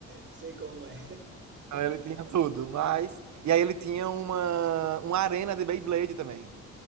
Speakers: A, on the right; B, on the right.
A: Sei como é.
B: Então, ele tinha tudo, mas. E aí ele tinha uma, uma arena de Beyblade também.